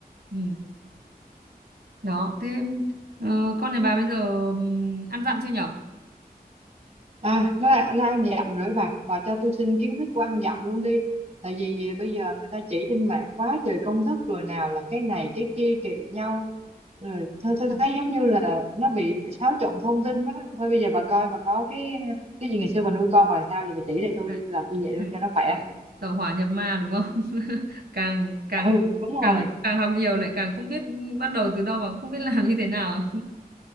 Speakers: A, on the right; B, on the right.
A: ừ. đó thế ờ, con nhà bà bây giờ ừm, ăn dặm chưa nhở
B: à, nó nó ăn dặm rồi bà bà cho tôi xin kiến thức của ăn dặm luôn đi tại vì bây giờ người ta chỉ trên mạng quá trời công thức rồi nào là cái này cái kia kỳ nhau rồi thôi tôi
A: <laughs>
B: thấy giống như là nó bị xáo trộn thông tin đó thôi bây giờ bà
A: Ừ.
B: coi bà có cái cái gì ngày xưa bà nuôi con bà làm sao giờ bà chỉ lại tôi
A: Đấy.
B: đi tôi làm y vậy
A: <laughs>
B: luôn cho nó khỏe
A: Tẩu, tẩu hỏa nhập ma đúng không? <laughs> Càng càng
B: ừ
A: học-
B: đúng
A: càng
B: rồi
A: càng học nhiều lại càng không biết bắt đầu từ đâu và cũng không biết làm như thế nào.